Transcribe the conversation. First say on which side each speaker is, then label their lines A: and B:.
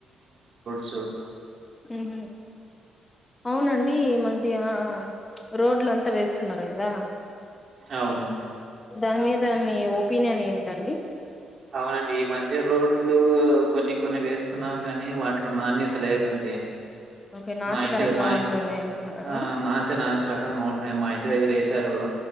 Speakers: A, on the right; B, on the left.
A: సు
B: ఉ హు అవునండి ఈ మధ్య రోడ్లంతా వేస్తున్నారు గదా
A: అవును
B: దాని మీద మీ ఒపీనియన్ ఏంటండి
A: అవునండి ఈ మధ్య రోడ్లు కొన్ని కొన్ని వేస్తున్నారు గాని వాటిలో నాణ్యత లేదండి ఏ
B: ఓకే నాసికరంగా
A: మాఇంటి మై
B: ఉంటున్నాయి అంటున్నారా
A: ఆ నాసే నాసే రకంగా ఉన్నాయి మా ఇంటి దగ్గర ఏసారు